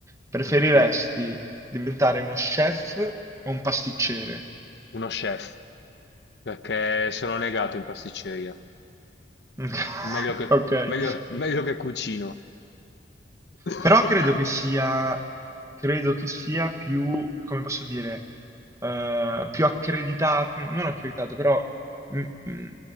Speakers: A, on the right (about 15°); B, on the left (about 65°).
A: preferiresti
B: Sì,
A: diventare uno chef o un pasticcere?
B: uno chef. Perché sono negato in pasticceria.
A: <laughs>
B: Meglio che,
A: Ok,
B: meglio meglio che cucino. <coughs>
A: Però credo che sia, credo che sia più, come posso dire, eh, più accreditato, non accreditato, però mm, mm,